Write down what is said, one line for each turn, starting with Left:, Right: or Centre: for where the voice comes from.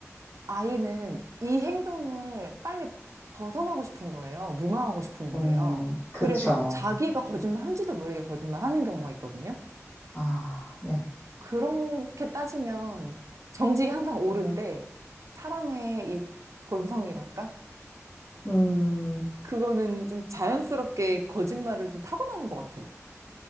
Right: 아이는 이 행동을 빨리 벗어나고 싶은 거예요. 무마하고 싶은 거예요.
Left: 음,
Right: 그래서
Left: 그쵸.
Right: 자기가 거짓말하는지도 모르게 거짓말하는 경우가 있거든요.
Left: 아, 네.
Right: 그렇게 따지면 정직이 항상 옳은데 사람의 이 본성이랄까?
Left: 음.
Right: 그거는 좀 자연스럽게 거짓말을 좀 타고나는 것 같아요.